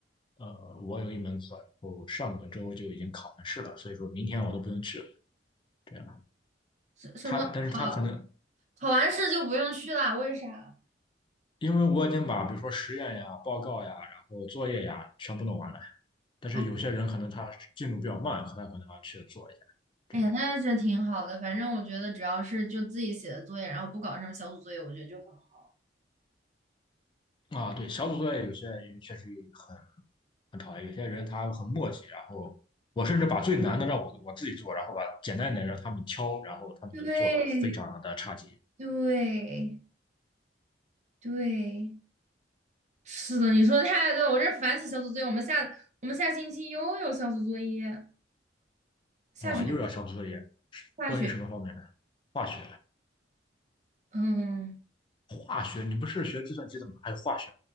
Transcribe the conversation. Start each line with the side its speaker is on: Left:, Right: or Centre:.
Left: 呃，我有一门课，然后上个周就已经考完试了，所以说明天我都不用去了。这样，
Right: 什什么啊？
Left: 他，但是他可能
Right: 考完试就不用去啦？为啥？
Left: 因为我已经把比如说实验呀、报告呀、然后作业呀全部弄完了，但是有些人可能他进度比较慢，
Right: 哦，
Left: 他可能要去做一下。这样
Right: 哎呀，那这挺好的。反正我觉得只要是就自己写的作业，然后不搞什么小组作业，我觉得就很好。
Left: 啊，对，小组作业有些也确实很。很讨厌。有些人他很磨叽，然后我甚至把最难的让我我自己做，然后把简单一点让他们挑，然后他们都做的非常的差劲
Right: 对对对，是的，你说的太对了，我这烦死小组作业。我们下我们下星期又有小组作业，下学
Left: 啊！又要小组作业，
Right: 下学。
Left: 关于什么方面的？化学，
Right: 嗯，
Left: 化学，你不是学计算机的吗？还有化学